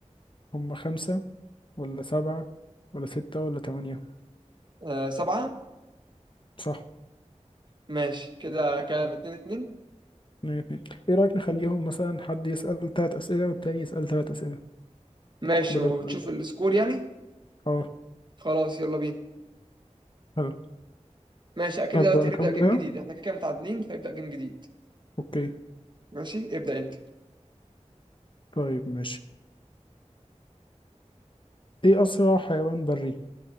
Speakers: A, on the left; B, on the right.
A: هم خمسة ولا سبعة ولا ستة ولا تمانية
B: آه سبعة
A: صح
B: ماشي كده كام اتنين اتنين
A: اتنين اتنين ايه رأيك نخليهم مثلا حد يسأل تلات اسئلة والتاني يسأل تلات اسئلة
B: ماشي
A: بدل
B: وتشوف
A: سؤال بقى.
B: السكور يعني
A: اه
B: خلاص يلا بينا
A: حلو
B: ماشي أكيد
A: ابدأ
B: دلوقتي هنبدأ
A: اكمل
B: جيم
A: انا
B: جديد احنا كده كده متعادلين فيبدأ جيم جديد
A: اوكي
B: ماشي ابدأ أنت
A: طيب ماشي ايه اسرع حيوان بري